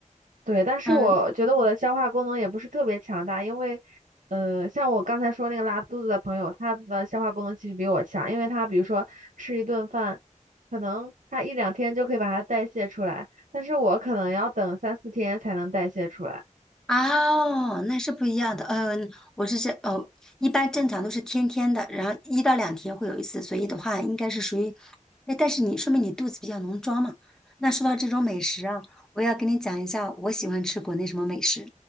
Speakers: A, on the right; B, in the centre.
A: 对，但是我觉得我的消化功能也不是特别强大，
B: 嗯，
A: 因为，呃，像我刚才说那个拉肚子的朋友，他的消化功能其实比我强，因为他比如说吃一顿饭，可能他一两天就可以把它代谢出来，但是我可能要等三四天才能代谢出来。
B: 哦，那是不一样的。嗯，我是这哦，一般正常都是天天的，然后一到两天会有一次，所以的话应该是属于，哎，但是你说明你肚子比较能装嘛。那说到这种美食啊，我要跟你讲一下，我喜欢吃国内什么美食。